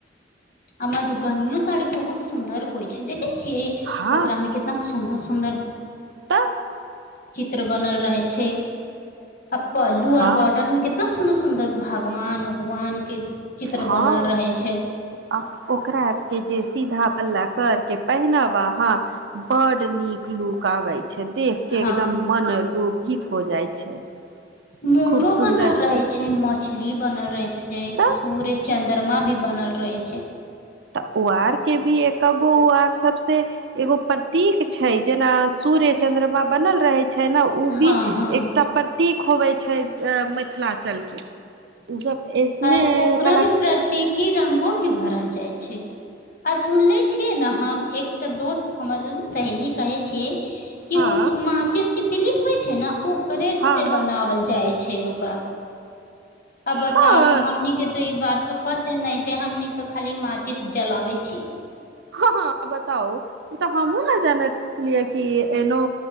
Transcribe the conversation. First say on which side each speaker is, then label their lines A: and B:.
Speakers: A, on the left; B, on the right.
A: हमर दूपनिय सााड़ी बहुत सुन्दर होइ छै देख। छिय
B: हँ
A: ओकरा मे कितना। सुन्दर सुन्दर
B: तऽ
A: चित्र बनल रहे छै। आ प्लूऔ
B: हँ
A: बॉर्डर मे कितना सुन्दर। मतलब भगवान उगवान। के चित्र
B: हँ
A: बनल रहे छै।
B: आ ओकरा के जे सीधा पल्ला कर के पहिनव अहा बड नीक लुक आवे छै। देख के
A: हँ
B: एकदम मन लोभ। हो जाइ छै।
A: मोरो
B: खूब सुन्दर
A: बनल रहे
B: से
A: छै मछली बनल रहै छै
B: तऽ
A: सूर्य। चन्द्रमा भी बनल रहै छै।
B: तऽ उ आर के भी एक गो उ आर सबस एगो प्रतीक छै जेना सूर्य चंद्रमा बनल रहै छै। छै ने उ
A: हँ
B: भी
A: हँ
B: एकटा प्रतीक होवे छै। छै मिथिलाञलके ओ सब। ऐसने
A: आ ओकरामे
B: कला
A: प्रतीकी रंगो।। ी भरल जाइ छै आ सुनले छियै ने हम एकटा दोस्त हमर सहेली कहै छियै। कि
B: हँ
A: ओ माचिस। कि दिलेली होइ छै ने ओ। घ्रेज
B: हँ
A: से
B: हँ
A: बनावल जाय छै। छै ओकरा। अ बताउ
B: हँ
A: हमनी के तो ई बात त पता। एते नहि छै हमनी तऽ खाली माचिस जलाबै छी।
B: हँ हँ बताउ ई तऽ हमहुँ ने जानैत छलियै कि एनो